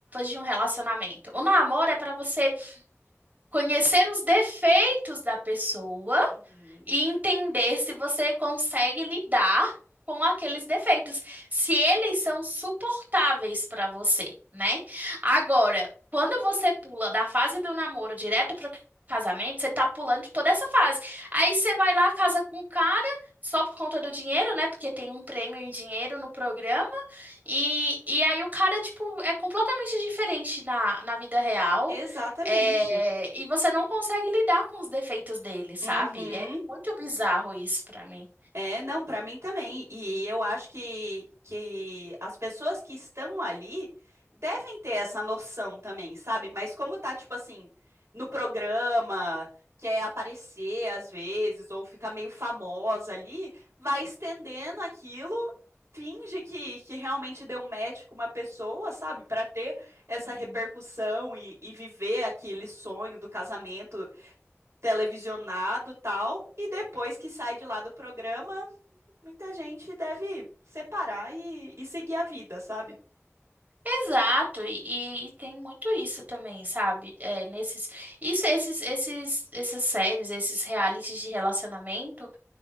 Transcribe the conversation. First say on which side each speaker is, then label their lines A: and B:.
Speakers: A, on the right (about 35°); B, on the right (about 65°).
A: de um relacionamento. O namoro é para você conhecer os defeitos da pessoa
B: Uhum.
A: e entender se você consegue lidar com aqueles defeitos, se eles são suportáveis para você, né? Agora, quando você pula da fase do namoro direto para casamento, você tá pulando toda essa fase. Aí você vai lá, casa com o cara, só por conta do dinheiro, né? Porque tem um prêmio em dinheiro no programa. E, e aí o cara, tipo, é completamente diferente na, na vida real.
B: Exatamente.
A: É, e você não consegue lidar com os defeitos dele, sabe?
B: Uhum.
A: É muito bizarro isso pra mim.
B: É, não, para mim também. E eu acho que, que as pessoas que estão ali devem ter essa noção também, sabe? Mas como tá, tipo assim, no programa, quer aparecer às vezes, ou ficar meio famosa ali, vai estendendo aquilo, finge que, que realmente deu match com uma pessoa, sabe? Para ter essa
A: Uhum.
B: repercussão e, e viver aquele sonho do casamento televisionado e tal, e depois que sai de lá do programa, muita gente deve separar e, e seguir a vida, sabe?
A: Exato, e, e- e tem muito isso também, sabe? É, nesses, isso, esses, esses, essas séries, esses realities de relacionamento.